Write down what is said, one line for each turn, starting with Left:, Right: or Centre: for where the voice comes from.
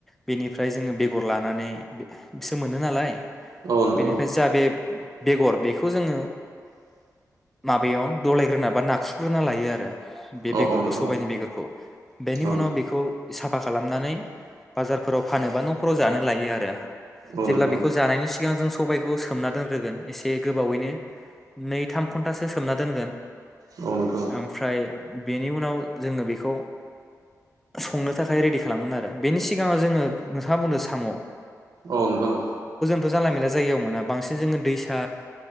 Centre: बेनिफ्राय जोङो बेगर लानानै सो मोनो नालाय।
Right: औ नोंथां
Centre: बेनिफ्राय
Right: औ
Centre: जा बे बेगर बेखौ जोङो माबेयाव गलायग्रोना बा नाखुग्रोना लायो आरो बे
Right: औ
Centre: बेगरखौ
Right: औ नोंथां
Centre: सबायनि
Right: औ
Centre: बेगरखौ। बेनि
Right: औ
Centre: उनाव
Right: नोंथां
Centre: बेखौ साफा खालामनानै बाजारफोराव फानोबा न'फोराव जानो लायो आरो
Right: औ
Centre: जेब्ला
Right: नोंथां
Centre: बेखौ जानायनि सिगां जों सबायखौ सोमना दोन ग्रोगोन एसे गोबावैनो नै थाम घन्टासो सोमना दोनगोन।
Right: औ नोंथां
Centre: ओमफ्राय बेनि उनाव जोङो बेखौ संनो थाखाय रेडि खालामगोन आरो बेनि सिगाङाव जोङो नोंथाङा बुंनो साम'
Right: औ नोंथां औ।
Centre: बो जानला मोनला जायगायाव मोना। बांसिन जोङो दैसा